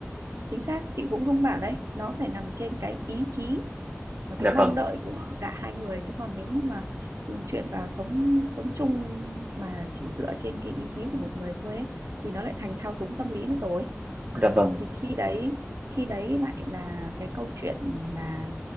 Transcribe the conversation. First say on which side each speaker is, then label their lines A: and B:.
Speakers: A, on the right; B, on the right.
A: chính xác chị cũng không bảo đấy nó phải nằm trên cái ý chí và
B: dạ
A: cái mong
B: vâng
A: đợi của cả hai người chứ còn nếu như mà ừ, chuyển vào sống sống chung mà chỉ dựa trên cái ý chí của một người thôi ấy, thì nó lại thành thao túng tâm lý mất rồi
B: dạ vâng
A: thì khi đấy khi đấy lại là cái câu chuyện là